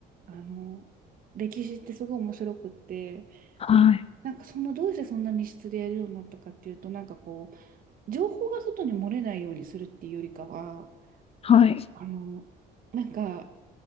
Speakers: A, on the right; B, on the left.
A: あの、歴史ってすごい面白くって、
B: はい。
A: なんかそんな、どうしてそんな密室でやるようになったかっていうと、なんかこう、情報が外に漏れないようにするっていうよりかは、
B: はい。
A: あの、なんか、